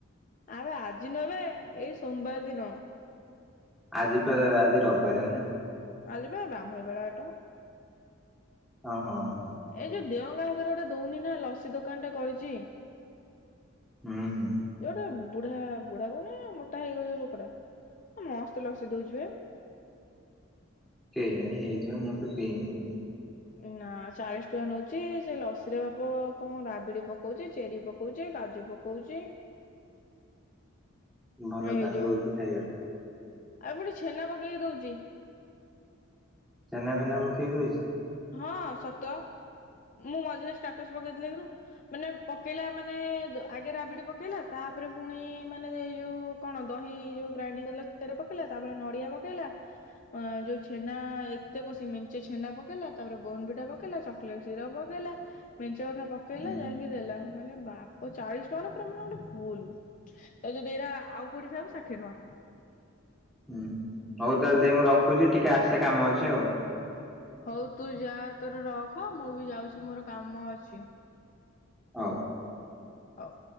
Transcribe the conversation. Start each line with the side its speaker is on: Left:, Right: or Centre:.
Left: ଆବେ ଆଜି ନୁହେଁ ବେ ଏଇ ସୋମବାର ଦିନ
Centre: ଆଜି ପରା ଆଜି ରବିବାର ନୁହେଁ
Left: ଆଜିି ପା ବ୍ରାହ୍ମଣୀପାଳ ହାଟ।
Centre: ଓଁ ହଁ ହଁ।
Left: ଏଇ ଯୋଉ ଦେଓଗାଁ ହକାରେ ଗୋଟେ ଦଉନି ନା ଲସି ଦୋକାନ ଟା କରିଚି।
Centre: ହୁଁ ହୁଁ
Left: ଯୋଉଟା ବୁଢା ବୁଢା କଣନା ମୋଟା ହେଇକି ଯୋଉ ଲୋକଟା ମସ୍ତ ତ ଲସି ଦଉଚି ବା
Centre: କେ ଜାଣି ହେଇଥିବ ମୁଁ ତ ପିଇନି
Left: ନା ଚାଳିଶ ଟଙ୍କା ନଉଛି ସେ ଲସିରେ ବାପ କଣ ରାବିଡ଼ି ପକଉଛି ଚେରି ପକଉଛି କାଜୁ ପକଉଛି
Centre: ଭଲ
Left: ଏଇ
Centre: ତାହେଲେ
Left: ଯୋଉ
Centre: ଦଉଛି ଖାଇବାକୁ।
Left: ଆଉ ପଟେ ଛେନା ପକେଇ ଦଉଛି
Centre: ଚେନା ଫେନା ପକେଇ ଦଉଛି
Left: ହଁ ସତ ମୁଁ ମଝିରେ ଷ୍ଟାଟସ ପକେଇଥିଲି ଦେକୁନୁ ମାନେ ପକେଇଲା ମାନେ ଆଗେ ରାବିଡ଼ି ପକେଇଲା ତାପରେ ପୁଣି ମାନେ ଏ ଯଉ କଣ ଦହି କି ଯୋଉ ଗ୍ରାଇଡିଂ କରି ଦେଲା ସେରା ପକେଇଲା ତାପରେ ନଡିଆ ପକେଇଲା ଯୋଉ ଛେନା ଏତେ କସିକି ମେଞ୍ଚେ ଛେନା ପ ପକେଇଲା ତାପରେ ବୋନ ବିଟା ପକେଇଲା ଚକଲେଟ୍ କ୍ଷୀର ପକେଇଲା ମେଞ୍ଚ କଥା ପକେଇଲା
Centre: ହୁଁ
Left: ଯାଇକି ଦେଲା ମାନେ ବା ଓ ଚାଳିଶ ଟଙ୍କାର ପୁରା ମାନେ ଗୋଟେ ଫୁଲୁ। ଏ ଯଦି ଏଇରା ଆଉ କୋଉଠି ଖାଇବୁ ଷାଠିଏ ଟଙ୍କା।
Centre: ହୁଁ ହଉ ତାହେଲେ ଟିକେ ମୁଁ ରଖୁଛି ଟିକେ ଆସେ କାମ ଅଛି ଆଉ।
Left: ହଉ ତୁ ଯା ତୋର ରଖ ମୁଁ ବି ଯାଉଛି ମୋର କାମ ଅଛି।
Centre: ହଉ।
Left: ହଉ।